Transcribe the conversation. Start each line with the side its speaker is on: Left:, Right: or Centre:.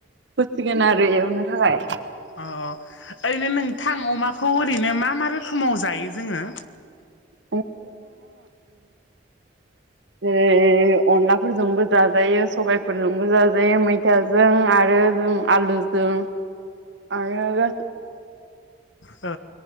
Right: होसिगोन आरो एवनो थाखाय
Left: अ ओरैनो नोंथां अमाखौ ओरैनो मा मा रोखोमाव जायो जोङो?
Right: <unintelligible> जेरै अनलाफोरजोंबो जाजायो सबायाइफोरजोंबो जाजायो मैथा जों आरो जों आलुजों आरो गो
Left: ओ